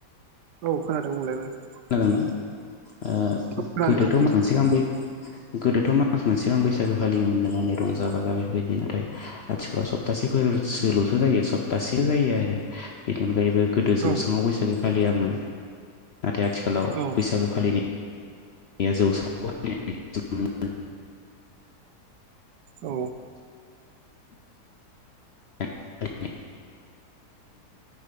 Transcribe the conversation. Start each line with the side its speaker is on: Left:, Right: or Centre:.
Right: औ खोनादों <unintelligible>
Left: खोनादोंना ओ
Right: औ खोनादों
Left: गोदोथ'
Right: नोंथां बुं
Left: मा मोनसे गाहाम बै गोदोथ' मा मास मोनसे गाहाम बैसागो फालियोमोननो माने रंजा बाजा बेफोरबायदि नाथाय आथिखालाव सप्तासेफोर सोल'सो जायो सप्तासे जायो आरो बेनि अनगायैबो गोदो जौसाङाव
Right: औ
Left: बैसागो फालियामोन नाथाय आथिखालाव
Right: औ
Left: बैसागो फालिनाय <unintelligible>
Right: औ
Left: <unintelligible>